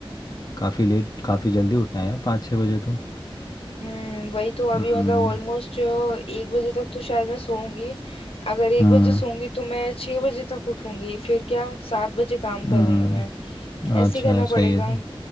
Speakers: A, on the left; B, on the left.
A: काफ़ी लेट काफ़ी जल्दी उठना है यार पाँच छः बजे तो
B: हम्म वही तो अभी
A: हम्म
B: मतलब ऑलमोस्ट एक बजे तक तो शायद मैं सोऊंगी अगर एक
A: हम्म
B: बजे सोऊंगी तो मैं छह बजे तक उठूंगी फिर क्या सात बजे काम करूंगी
A: हम्म,
B: मैं ऐसे
A: अच्छा
B: ही करना
A: सही
B: पड़ेगा
A: है सही